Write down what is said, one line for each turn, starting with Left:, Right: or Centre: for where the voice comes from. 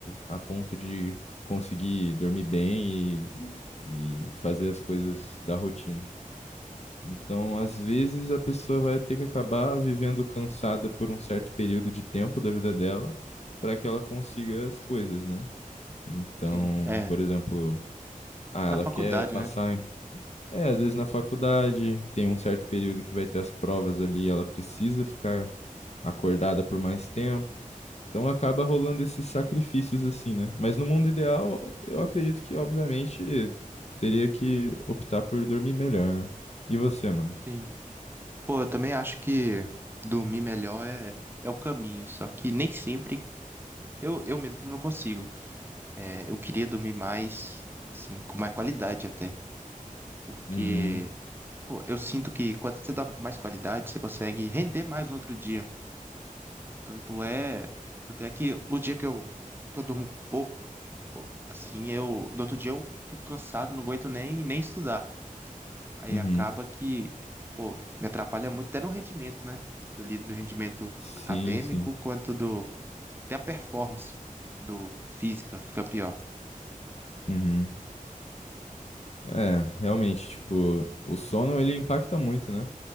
Left: a ponto de conseguir dormir bem e, e fazer as coisas da rotina. Então, às vezes,
Right: sim,
Left: a pessoa vai ter que acabar vivendo cansada por um certo período de tempo da vida dela para que ela consiga as coisas, né? Então,
Right: sim. É,
Left: por exemplo, ah,
Right: na
Left: ela
Right: faculdade,
Left: quer passar
Right: né?
Left: em- É, às vezes na faculdade tem um certo período que vai ter as provas ali, ela precisa ficar acordada por mais tempo. Então acaba rolando esses sacrifícios assim, né? Mas no mundo ideal, eu acredito que, obviamente, teria que optar por dormir melhor, né? E você, mano?
Right: Sim. Pô, eu também acho que dormir melhor é, é o caminho, só que nem sempre eu, eu mesmo não consigo. É, eu queria dormir mais, assim, com mais qualidade até, porque
Left: Uhum,
Right: Pô, eu sinto que quando você dorme com mais qualidade, você consegue render mais no outro dia. Tanto é, tanto é que o dia que eu, que eu durmo pouco, pô, assim, eu, do outro dia eu fico cansado, não aguento nem, nem estudar. Aí
Left: uhum.
Right: acaba que, pô, me atrapalha muito até no rendimento, né? Ali do rendimento
Left: Sim,
Right: acadêmico,
Left: sim.
Right: quanto do, até a performance do física fica pior.
Left: Uhum. É, realmente, tipo, o sono ele impacta muito, né?